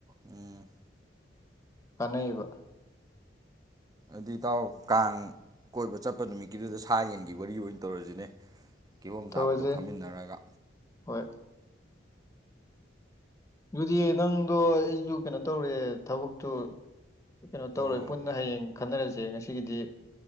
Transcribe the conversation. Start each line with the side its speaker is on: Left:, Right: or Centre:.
Right: ꯎꯝ
Left: ꯀꯥꯟꯅꯩꯌꯦꯕ
Right: ꯑꯗꯨ ꯏꯇꯥꯎ ꯀꯥꯡ ꯀꯣꯏꯕ ꯆꯠꯄ ꯅꯨꯃꯤꯠꯀꯤꯗꯨꯗ ꯁꯥ ꯌꯦꯟꯒꯤ ꯋꯥꯔꯤ ꯑꯣꯏꯅ ꯇꯧꯔꯁꯤꯅꯦ ꯀꯤꯍꯣꯝ
Left: ꯇꯧꯔꯁꯦ
Right: ꯆꯥꯕꯗꯣ ꯐꯝꯃꯤꯟꯅꯔꯒ
Left: ꯍꯣꯏ ꯑꯗꯨꯗꯤ ꯅꯪꯗꯣ ꯑꯩꯁꯨ ꯀꯩꯅꯣ ꯇꯧꯔꯦ ꯊꯕꯛꯇꯣ ꯀꯩꯅꯣ ꯇꯧꯔꯦ
Right: ꯍꯣ ꯍꯣ ꯍꯣꯏ
Left: ꯄꯨꯟꯅ ꯍꯌꯦꯡ ꯈꯟꯅꯔꯁꯦ ꯉꯁꯤꯒꯤꯗꯤ